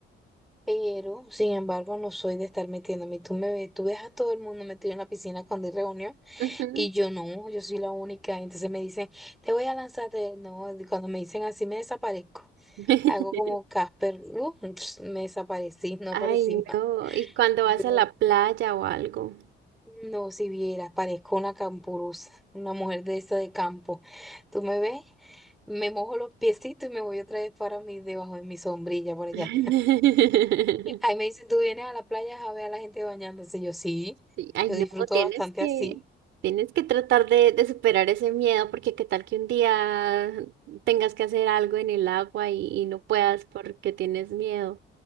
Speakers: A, in the centre; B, on the right.
A: pero sin embargo no soy de estar metiéndome. Y Tú me ves, tú ves a todo el mundo metido en la piscina cuando hay reunión.
B: Ujú.
A: Y yo no, yo soy la única. Entonces me dicen, te voy a lanzar. te- No, y cuando me dicen así, me desaparezco.
B: <laughs>
A: Hago como Casper, uh, <tsk> me desaparecí, <laughs> no
B: Ay,
A: aparecí más.
B: no. ¿Y cuando
A: No,
B: vas a la playa o algo?
A: no, si vieras, parezco una campurusa, una mujer de esa de campo. Tú me ves, me mojo los piecitos y me voy otra vez para mí, debajo de mi sombrilla por allá.
B: <laughs>
A: Ahí me dicen, tú vienes a la playa a ver a la gente bañándose. Yo sí,
B: Sí, Ay,
A: yo
B: no,
A: disfruto
B: tienes
A: bastante
B: que,
A: así.
B: tienes que tratar de, de superar ese miedo, porque qué tal que un día tengas que hacer algo en el agua y, y no puedas porque tienes miedo.